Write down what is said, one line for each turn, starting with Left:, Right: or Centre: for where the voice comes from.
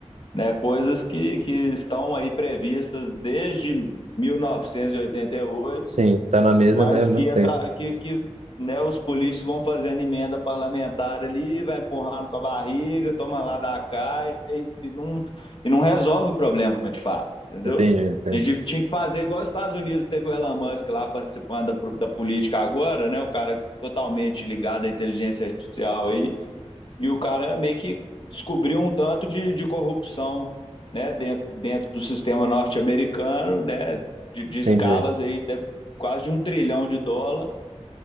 Left: né, coisas que, que estão aí previstas desde 1988
Right: Sim, tá na mesa,
Left: mas
Right: né? há Muito
Left: que,
Right: tempo.
Left: atra- que, que né, os políticos vão fazendo emenda parlamentar ali, vai empurrando com a barriga, toma lá da cá e, e não, e não resolve o problema de fato, entendeu?
Right: Entendi, entendi.
Left: A gente tinha que fazer igual os Estados Unidos, teve o Elon Musk lá participando da, pro- da política agora, né? O cara totalmente ligado à inteligência artificial aí. E o cara meio que descobriu um tanto de, de corrupção, né, dentro, dentro do sistema norte-americano, né, de, de
Right: Entendi.
Left: escalas aí de quase de um trilhão de dólar.